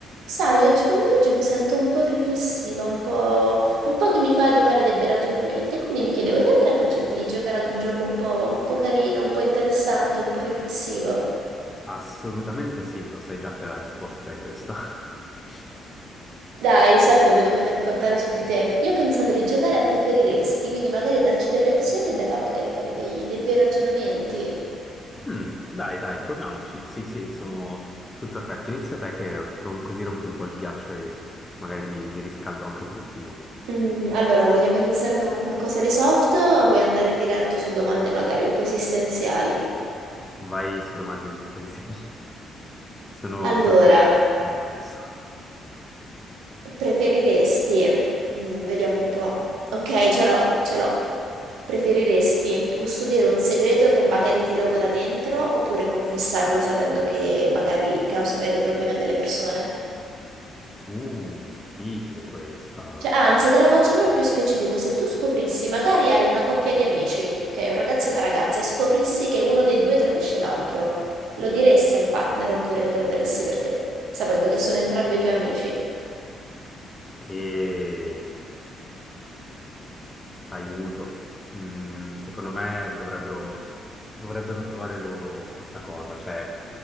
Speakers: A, on the right; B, on the left.
A: Sai, oggi pomeriggio mi sento un po' riflessiva, un po', un po' che mi fa di fare dei bei ragionamenti, quindi mi chiedevo, ti andrebbe gio- di giocare ad un gioco un po', un po' carino, un po' interessante, un po' riflessivo?
B: Assolutamente sì, lo sai già che la risposta è questa. <laughs>
A: Dai, sapevo di poter contare su di te. Io pensavo di giocare a preferiresti, quindi magari darci delle opzioni e da là magari fare dei, dei bei ragionamenti.
B: Mm, dai, dai, proviamoci. Sì, sì, sono tutto orecchio. Inizia te che rom- così rompi un po' il ghiaccio e magari mi, mi riscaldo anche un pochino.
A: Mm, allora, vogliamo iniziare con un qualcosa di soft o vuoi andare diretto su domande magari un po' esistenziali?
B: Vai su domande esistenziali. <laughs> Sono,
A: Allora.
B: sono crudele con me stesso.
A: Preferiresti, mm, vediamo un po'. Ok, ce l'ho, ce l'ho. Preferiresti custodire un segreto che magari ti logora dentro oppure confessarlo sapendo che magari causerai dei problemi a delle persone?
B: Uh, difficile questa.
A: Cioè, anzi, te lo faccio proprio più specifico. Se tu scoprissi, magari hai una coppia di amici, ok, un ragazzo e una ragazza, e scoprissi che uno dei due tradisce l'altro, lo diresti al partner oppure te lo terresti per te, sapendo che sono entrambi i tuoi amici?
B: E... Aiuto. Mm, secondo me dovrebbero, dovrebbero trovare loro questa cosa, cioè